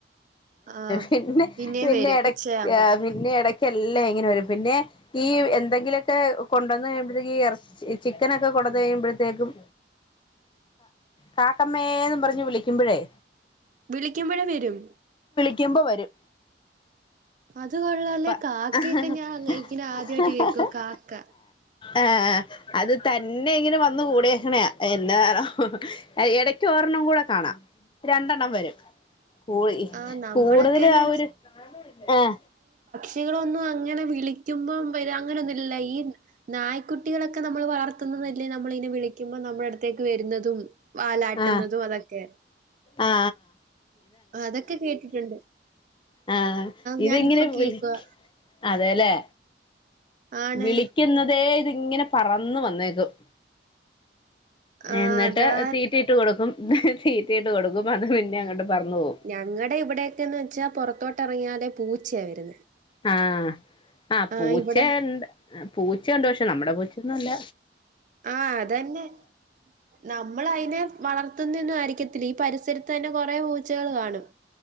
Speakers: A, on the right (about 45°); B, on the left (about 25°).
A: ആഹ്
B: പിന്നെ
A: പിന്നേം
B: പിന്നെ
A: വരും
B: എട
A: ഉച്ചയാവുമ്പോ
B: പിന്നെ എട ക്കേല്ലാം ഇങ്ങനെ വരും പിന്നെ ഈ എന്തെങ്കിലുക്കെ കൊണ്ടോന്ന് കഴിയുമ്പോഴത്തേക്ക് എറ ചി ക്കനൊക്കെ കൊടുത്ത് കഴിയുമ്പോഴത്തേക്കും കാക്കമ്മേ ന്നും പറഞ്ഞുവിളി. വിളി ക്കിമ്പയ്‌
A: വിളിക്കുമ്പോഴ വരും.
B: ക്മ്പ വരും.
A: അത് കൊള്ളാല്ലേ
B: ആ
A: കാക്കയൊക്കെ
B: <unintelligible>
A: ഞാൻ അങ്ങ ഇങ്ങനെ ആദ്യായിട്ട് കേക്കുവാ കാക്ക
B: ആഹ് അത് തന്നെ ഇങ്ങനെ വന്ന കൂഡെക്കണേ എന്താനവോ ഇടക്കോരെണ്ണംകൂടെ കാണാം. രണ്ടെണ്ണം വരും. പോയി
A: ആഹ് നമ്മളൊക്കേന്ന്
B: കൂടുതൽ ആ ഒരു ആഹ
A: കുട്ടികളൊന്നും അങ്ങനെ വിളിക്കുമ്പം. ഇപ്പൊ അങ്ങനെന്നുമ ഇല്ല ഈ നായ്ക്കുട്ടി കളോക്കെ നമ്മള് വളർത്തുന്നതല്ലേ നമ്മള അയിനെ വിളിക്കുമ്പോ നമ്മുടെ അടുത്തേ ക്ക വരുന്നതും വാലാട്ടുന്നതും
B: ആ
A: അതൊക്കെ.
B: ആ
A: അതൊക്കെ കേട്ടിട്ടുണ്ട്.
B: ആഹ് ഇതങ്ങിന
A: ഞാനിപ്പ കേക്കുവാ
B: വിളിക്ക്‌ അതെല്ലേ.
A: ആണ്
B: വിളിക്കുന്നതേ ഇതിങ്ങനെ പറന്ന് വന്നേകും.
A: ആഹ്
B: എന്ന്
A: അതാ
B: ട്ട് തീറ്റിയിട്ട് കൊടുക്കും. <unintelligible> അത് പിന്നെ അങ്ങോട്ട് പറന്നു പോകും
A: ഞങ്ങടെ ഇവിടെക്കന്ന് വെച്ചാ പുൊറത്തോ തൊറങ്ങിയാലേ പൂച്ച വരുന്നെ.
B: ആഹ ആഹ
A: ആഹ്
B: പൂച
A: ഇവിടെ
B: ചെണ്ട് ആ പൂച്ച ഉണ്ട്. പക്ഷെ നമ്മുടെ പൂച്ചൊന്നുംല്ല.
A: ആഹ അതന്നെ നമ്മള് അയി നെ വളർത്തുന്നന്നും ആയിരിക്ക ത്രീ പരിസരത്ത് തന്നെ കൊറേ പൂച്ചകൾ കാണും.